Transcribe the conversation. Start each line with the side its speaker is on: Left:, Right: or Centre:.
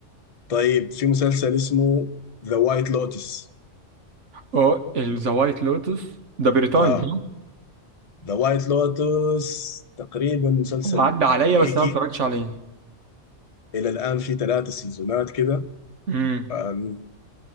Left: طيب في مسلسل اسمه ذا وايت لوتس
Right: اه ذا وايت لوتس ده بريطاني
Left: اه
Right: صح؟
Left: ذا وايت لوتس تقريبا مسلسل
Right: هو عدى عليا
Left: امريكي
Right: بس انا ما اتفرجتش عليه
Left: الى الان في ثلاثة سيزونات كده
Right: امم
Left: آم،